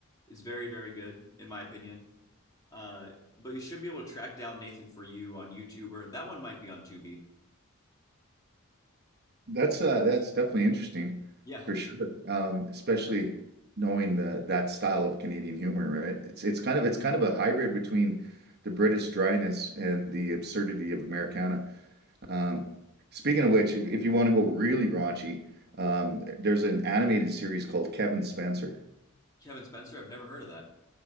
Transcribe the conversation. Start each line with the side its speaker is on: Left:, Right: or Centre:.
Left: It's very, very good in my opinion. Uh, but you should be able to track down Nathan for you on YouTube or that one might be on Tubi.
Right: That's uh that's definitely interesting
Left: Yeah,
Right: for sure. Um, especially knowing the that style of Canadian humor, right? It's it's kind of it's kind of a hybrid between the British dryness and the absurdity of Americana. Um, speaking of which, if, if you want to go really raunchy, um, there's an animated series called Kevin Spencer.
Left: Kevin Spencer. I've never heard of that.